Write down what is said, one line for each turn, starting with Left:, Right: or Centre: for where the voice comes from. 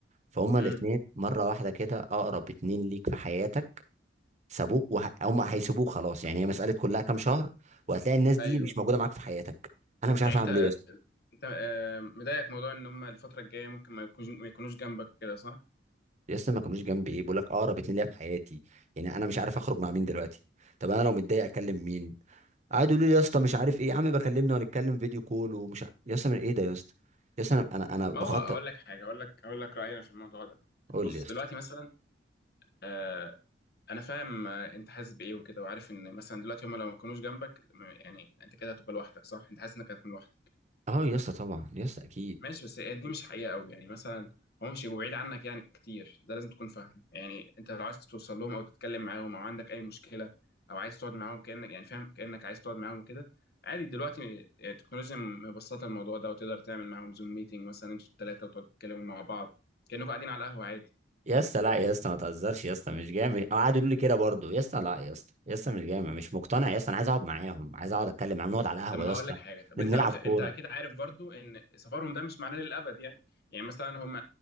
Right: فهما
Left: امم
Right: الاتنين مره واحده كده اقرب اتنين ليك في حياتك سابوك وهم هيسيبوك خلاص يعني هي مساله كلها كام شهر وهتلاقي الناس دي
Left: ايوه
Right: مش موجوده معاك في حياتك انا مش عارف
Left: يعني
Right: اعمل
Left: انت
Right: ايه يا اسطى
Left: انت آه، مضايقك موضوع ان هم الفتره الجايه ممكن ما يكونوش ما يكونوش جنبك وكده صح
Right: يا اسطى ما كانوش جنبي ايه بقول لك اقرب اتنين ليا في حياتي يعني انا مش عارف اخرج مع مين دلوقتي طب انا لو متضايق اكلم مين قعدوا يقولوا لي يا اسطى مش عارف ايه يا عم بكلمنا ونتكلم فيديو كول ومش عارف يا اسطى من ايه ده يا اسطى يا اسطى انا انا انا بخطط
Left: ما هو هقول لك حاجه هقول لك هقول لك رايي انا في الموضوع ده
Right: قول
Left: بص
Right: لي يا اسطى
Left: دلوقتي مثلا آه، انا فاهم آه، انت حاسس بايه وكده وعارف ان مثلا دلوقتي هم لو ما يكونوش جنبك م- يعني انت كده هتبقى لوحدك صح انت حاسس انك هتكون لوحدك
Right: اه يا اسطى طبعا يا اسطى اكيد
Left: ماشي بس هي دي مش حقيقة قوي يعني مثلا هم مش هيبقوا بعيد عنك يعني كتير ده لازم تكون فاهم يعني انت لو عايز توصل لهم او تتكلم معاهم او عندك اي مشكلة او عايز تقعد معاهم كأنك يعني فاهم كأنك عايز تقعد معاهم وكده عادي دلوقتي يعني التكنولوجيا مبسطة الموضوع ده وتقدر تعمل معاهم زوم ميتنج مثلا انتوا الثلاثة وتقعدوا تتكلموا مع بعض كأنكم قاعدين على القهوة عادي
Right: يا اسطى لا يا اسطى ما تهزرش يا اسطى مش جامد أو قعدوا يقولوا لي كده برضه يا اسطى لا يا اسطى يا اسطى مش جامد مش مقتنع يا اسطى انا عايز اقعد معاهم عايز اقعد اتكلم معاهم نقعد على القهوه
Left: طب ما
Right: يا
Left: هقول
Right: اسطى
Left: لك حاجة طب
Right: نلعب
Left: انت واخ-
Right: كوره
Left: انت اكيد عارف برضو ان سفرهم ده مش معناه للأبد يعني يعني مثلا هم